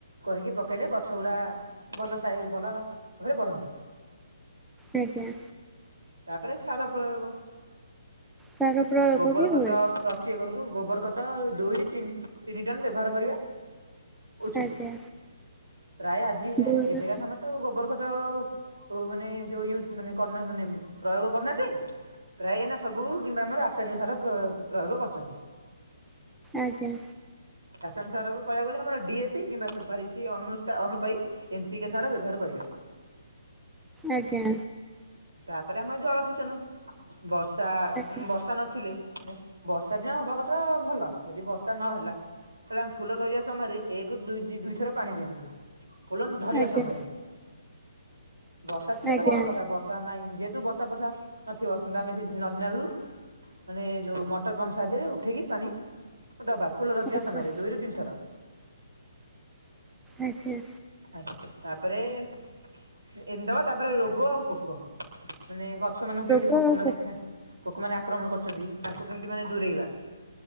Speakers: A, on the right; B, in the centre.
A: କରିକି ପକେଇଲେ ଗଛ ଗୁରା ଭଲ ସା ଭଲ ଭାବରେ ବଢନ୍ତି।
B: ଆଜ୍ଞା।
A: ତାପରେ ସାର ପ୍ରୟୋଗ,
B: ସାର ପ୍ରୟୋଗ
A: ଗୋବର
B: ବି ହୁଏ
A: ଖତ ପ୍ର ଗୋଟେ ଏକରକୁ ଗୋବର ଖତ ଦୁଇ ରୁ ଟିନ ତିନି ଟନ ବ୍ୟବହାର କରିବା। ଉଚିତ
B: ଆଜ୍ଞା
A: ପ୍ରାୟ ଆଜି
B: ଦୁଇ
A: ଏବେକା ସମୟରେ ଗୋବର ଖତ ମାନେ ଯଉ ୟୁ ମାନେ ମାନେ ପ୍ରୟୋଗ କରୁ ନାହାନ୍ତି। ପ୍ରାୟ ଏଇନା ସବୁ କିମ୍ବା ଆମର ରାସାୟନିକ ସାର ପ୍ରୟୋ ପ୍ରୟୋଗ କରୁଛନ୍ତି।
B: ଆଜ୍ଞା।
A: ରାସାୟନିକ ସାର କହିବାକୁ ଗଲେ ଆମର ଡିଏ ପି କିମ୍ବା ସୁପାରିସି ଅନୁଷ୍ଟା ଅନୂପାୟୀ। ଏନ୍ ପି କେ ସାର ବ୍ୟବହାର କରିବା।
B: ଆଜ୍ଞା।
A: ତାପରେ ଆମର ଜଳସେଚନ, ବର୍ଷା
B: ଆଜ୍ଞା
A: ବ ର୍ଷା ନଥିଲେ ମାନେ ବର୍ଷା ଯା ହବା କଥା ଭଲ ଯଦି ବର୍ଷା ନହେଲା ତାହଲେ ଆମେ ଫୁଲ ଧରିବା ସମୟରେ ଏକରୁ ଦୁ ଦୁ ଦିଇଥର ପାଣି ଦିଅନ୍ତୁ। ଫୁଲ ଧରିବା
B: ଆଜ୍ଞା
A: ସମୟରେ ବର୍ଷା ଥିଲେ
B: ଆଜ୍ଞା
A: ତ ଭଲ କଥା, ବର୍ଷା ବର୍ଷା ନାହିଁ ଯେହେତୁ ବର୍ଷା ବର୍ଷା ନଥିବ କିମ୍ବା ଆମେ ନଦୀ ନାଳରୁ ମାନେ ଯୋଉ ମଟର ପମ୍ପ ସାହାଯ୍ୟରେ ଉଠେଇକି ପାଣି ଦବା, ଫୁଲ ଧରିଥିବା
B: ଆଜ୍ଞା
A: ସମୟରେ ଦୁଇରୁ ତିନିଥର।
B: ଆଜ୍ଞା।
A: ଆଜ୍ଞା ତାପରେ ଇଦି ଦେବା ତାପରେ ରୋଗ ଆଉ ପୋକ ମାନେ ଗଛ ମାନଙ୍କୁ
B: ରୋଗ
A: କେମିତି ପୋକ
B: ଆଉ
A: ମାନେ ଖାଁ ପୋକ ମାନେ ଆକ୍ରମଣ କରୁଛନ୍ତି ତାଙ୍କୁ କେମିତି ମାନେ ଦୂରେଇବା।